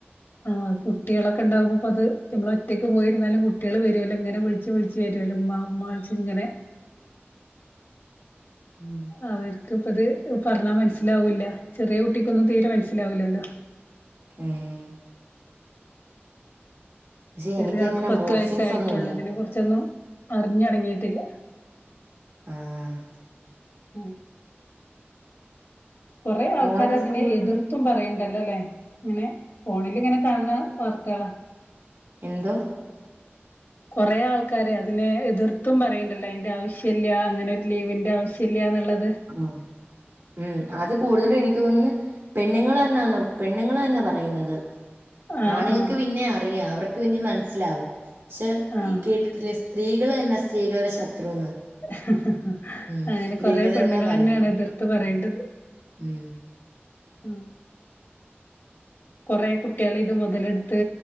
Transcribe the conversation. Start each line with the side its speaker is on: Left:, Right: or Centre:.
Left: ആഹ് കുട്ടികളൊക്കെ ഉണ്ടാവകുമ്പ അത് നമ്മൾ ഒറ്റക്ക് പോയിരുന്നാലും കുട്ടികൾ വരുല്ലോ ഇങ്ങനെ വിളിച്ച് വിളിച്ച് വരുല്ലോ ഉമ്മാ ഉമ്മാ വിളിച്ച് ഇങ്ങനെ
Right: ഉം
Left: അവർക്ക ഇപ്പ ഇത് പറഞ്ഞാൽ മനസ്സിലാവൂല്ല ചെറിയ കുട്ടിക്കൊന്നും തീരെ മനസ്സിലാവൂല്ലല്ലോ
Right: ഉം പക്ഷെ
Left: ചെറിയ
Right: എനിക്കങ്ങനെ
Left: ആൾക്ക് പത്ത്
Right: മൂഡ്
Left: വയസ്സെ
Right: സിങ്സ്
Left: ആയിട്ടുള്ളൂ
Right: ഒന്നും ഇല്ല
Left: ഇതിനെ കുറിച്ചൊന്നും അറിഞ്ഞൊടങ്ങിട്ടില്ല
Right: ആഹ്
Left: ആ കുറെേ ആൾക്കാര
Right: മോൾടെ
Left: അതിനെ
Right: സ്കൂളെങ്ങനെ
Left: എതിർത്തും പറയണ്ട ണ്ടല്ലോല്ലേ ഇങ്ങനെ ഫോണിലിങ്ങനെ കാണണ വാർത്തകളാ
Right: എന്തോ
Left: കൊറെ ആൾക്കാര് അതിനെ എതിർത്തും പറയണ്ടല്ലോ അതിന്റെ ആവശ്യ ഇല്ല അങ്ങനെ ഒരു ലീവിന്റെ ആവശ്യം ഇല്ലന്നുള്ളത്
Right: ആഹ ഉം അത് കൂടുതലും എനിക്ക് ഒന്ന് പെണ്ണുങ്ങൾ തന്നാന്ന് പെണ്ണുങ്ങൾ തന്നെ പറയുന്നത്
Left: ആഹ്
Right: ആണുങ്ങക്ക്
Left: ആഹ്
Right: പിന്നെ അറിയ അവർക്ക് നി മനസ്സിലാവും പക്ഷെ
Left: ആഹ്
Right: ഈ കേട്ടിട്ടില്ലേ സ്ത്രീകള് എന്നെ സ്ത്രീകളുടെ ശത്രുന്ന്
Left: <unintelligible>
Right: ഉം
Left: അങ്ങനെ
Right: സ്ത്രീകള്
Left: കൊറെ പെണ്ണുകളെന്നെയാണ്
Right: തന്നാ പറയുന്നത്.
Left: എതിർത്ത് പറയേണ്ടത്
Right: ഉം
Left: ആ കുറേ കുട്ടികൾ ഇത് മുതലെടുത്ത്